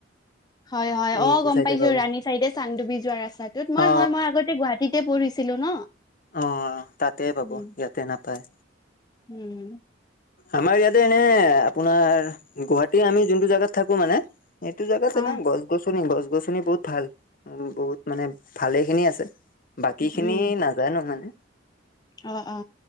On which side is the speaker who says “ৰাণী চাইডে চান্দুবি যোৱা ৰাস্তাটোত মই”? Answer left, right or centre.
Left